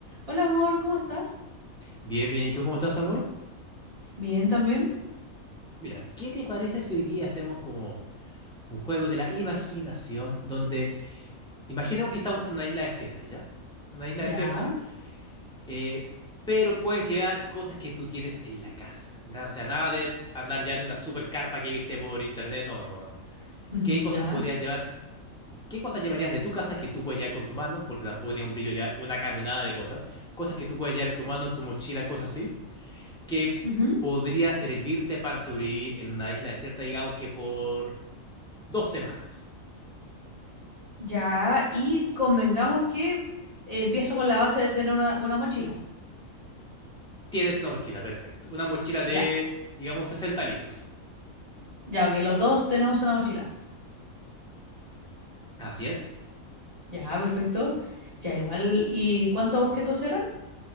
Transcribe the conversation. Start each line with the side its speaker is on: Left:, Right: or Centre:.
Right: Hola amor, ¿cómo estás?
Centre: Bien, bien, ¿y tú cómo estás, amor?
Right: Bien también.
Centre: Mira, ¿qué te parece si hoy día hacemos como un juego de la imaginación donde imaginemos que estamos en una isla desierta, ¿ya? Una isla desierta,
Right: Ya,
Centre: eh, pero puedes llevar cosas que tú tienes en la casa, ¿ya? O sea, nada de andar llevando una super carpa que viste por internet, no, no, no.
Right: ujú,
Centre: ¿Qué cosas
Right: ya.
Centre: podrías llevar? ¿Qué cosas llevarías de tu casa que tú puedes llevar con tus manos? Porque tampoco tiene un brillo llevar una caminada de cosas. Cosas que tú puedes llevar en tu mano, en tu mochila, cosas así. que
Right: ujú,
Centre: podría servirte para sobrevivir en una isla desierta, digamos que por dos semanas.
Right: Ya, y convengamos que empiezo con la base de tener una, una mochila.
Centre: Tienes una mochila, perfecto. Una mochila
Right: Ya,
Centre: de, digamos, 60 litros.
Right: ya, ok, los dos tenemos una mochila.
Centre: Así es.
Right: Ya, perfecto. Ya, igual. ¿Y cuántos objetos eran?